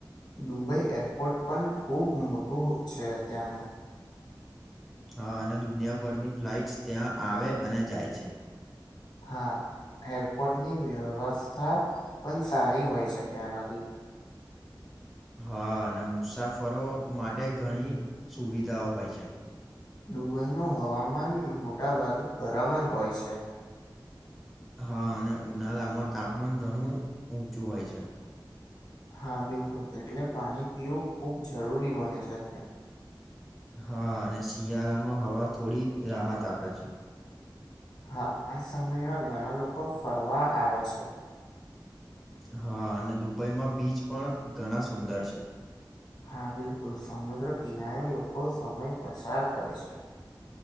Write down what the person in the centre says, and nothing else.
હા અને દુનિયાભરની ફ્લાઇટ્સ ત્યાં આવે અને જાય છે
હા અને મુસાફરો માટે ઘણી સુવિધાઓ હોય છે
હા અને ઉનાળામાં તાપમાન ઘણું ઊંચું હોય છે
હા અને શિયાળામાં હવા થોડી રાહત આપે છે
હા અને દુબઈમાં બીચ પણ ઘણા સુંદર છે